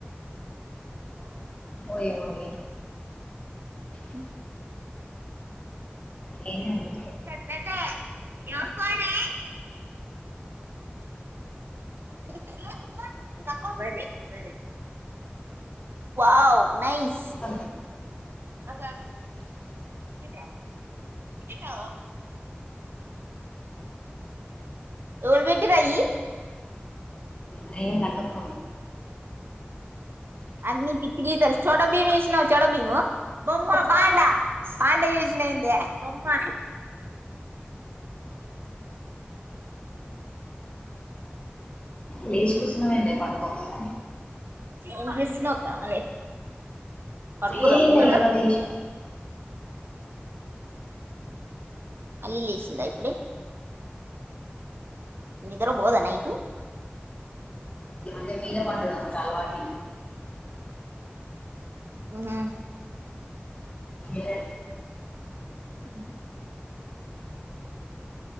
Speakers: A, on the left (about 30°); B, on the right (about 65°).
A: ఒయ ఓయే
B: ఉ
A: ఎన్నోలే
B: చెద్దతే ఎన్ పోనే రర. Wow nice.
A: ఆ
B: అగ మీ కా ోల్బెడ్టి రాయి.
A: నేన్ని నాటక.
B: అన్ని పిచ్చి గీతాలు చోడ బీము వేసినావు చోడ బీము బొమ్మ పాండ పాండ వేసినా. అ రమ్మా.
A: లేచి కూసున్నవేందే పండుకోక.
B: ఏం చూస్తున్నావ్ కావాలి పడుకుర్రా
A: ఏ
B: పిల్లలు
A: లే ఈగ
B: అల్లీ లేసిందా ఇప్పుడే. నిద్ర బోదా నయిటు.
A: మ మీద పం త అలవాటు.
B: ఉమ్.
A: ఏ
B: ఉ